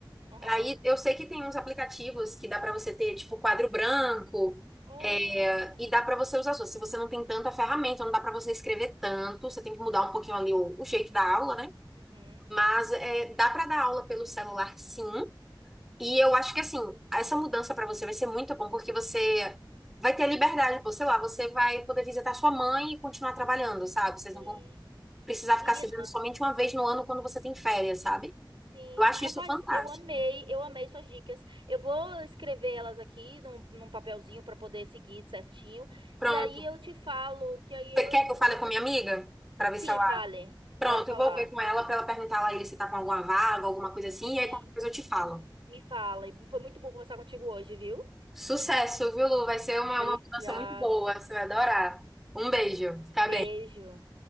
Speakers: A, on the right; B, in the centre.
A: Aham.
B: Aí eu sei que tem uns aplicativos que dá pra você ter, tipo, quadro branco,
A: Oh.
B: é, e dá pra você usar as suas. Se você não tem tanta ferramenta, não dá pra você escrever tanto, você tem que mudar um pouquinho ali o o jeito da aula, né?
A: Uhum.
B: Mas é, dá para dar aula pelo celular, sim. E eu acho que assim, essa mudança para você vai ser muito bom, porque você vai ter liberdade, pô, sei lá, você vai poder visitar sua mãe e continuar trabalhando, sabe? Vocês
A: Sim.
B: não vão precisar
A: Menina.
B: ficar se vendo somente uma vez no ano quando você tem férias, sabe?
A: Sim,
B: Eu acho
A: rapaz,
B: isso fantástico.
A: eu amei, eu amei suas dicas. Eu vou escrever elas aqui num, num papelzinho para poder seguir certinho.
B: Pronto.
A: E aí eu te falo que aí
B: Você
A: eu.
B: quer que eu fale com minha amiga? Pra ver
A: Sim,
B: se ela.
A: fale.
B: Pronto,
A: Pode falar.
B: eu vou ver com ela pra ela perguntar lá ele se tá com alguma vaga, alguma coisa assim, e
A: Sim,
B: aí qualquer coisa eu te falo.
A: me fala. E Foi muito bom conversar contigo hoje, viu?
B: Sucesso, viu, Lu? Vai ser uma,
A: Obrigado.
B: uma mudança muito boa, você vai adorar. Um beijo, fica
A: Beijo.
B: bem.